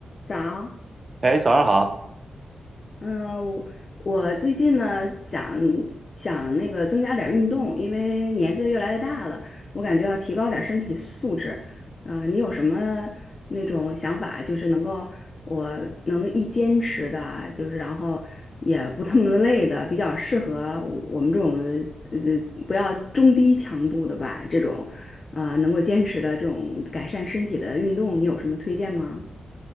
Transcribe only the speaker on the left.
早，
嗯，我我最近呢想想那个增加点儿运动，因为年岁越来越大了，我感觉要提高点儿身体素质。呃，你有什么那种想法，就是能够我能一坚持的，就是然后也不那么累的，比较适合我我们这种呃不要中低强度的吧，这种呃能够坚持的这种改善身体的运动，你有什么推荐吗？